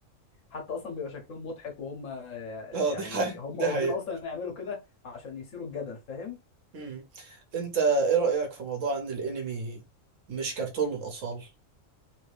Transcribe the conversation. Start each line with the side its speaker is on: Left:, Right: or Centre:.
Left: حتى اصلا بيبقى شكلهم مضحك وهم
Right: <laughs> اه
Left: يعني
Right: دي حقيقة
Left: هم
Right: دي
Left: قاصدين
Right: حقيقة
Left: اصلا يعملوا كده عشان يثيروا الجدل فاهم
Right: مم. انت ايه رأيك في موضوع ان الانمي مش كرتون للاطفال